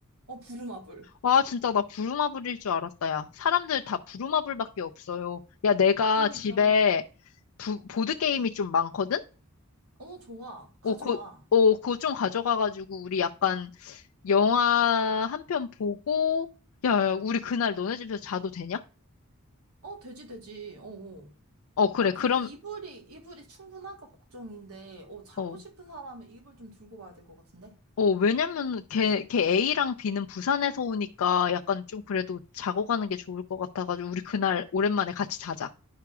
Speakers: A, on the right; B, on the left.
A: 어, 부루마블.
B: 아, 진짜 나 부루마블일 줄 알았다, 야. 사람들 다 부루마블밖에 없어요. 야, 내가
A: 그니까.
B: 집에 부, 보드게임이 좀 많거든?
A: 어, 좋아. 가져와.
B: 오, 그, 오, 그거 좀 가져가가지고 우리 약간 영화 한 편 보고, 야, 야, 우리 그날 너네 집에서 자도 되냐?
A: 어, 되지, 되지. 어, 어.
B: 어, 그래.
A: 야,
B: 그럼,
A: 근데 이불이, 이불이 충분할까 걱정인데, 어, 자고
B: 어,
A: 싶은 사람은 이불 좀 들고 와야 될 것 같은데?
B: 어, 왜냐면 걔, 걔 A랑 B는 부산에서 오니까 약간 좀 그래도 자고 가는 게 좋을 것 같아가지고, 우리 그날 오랜만에 같이 자자.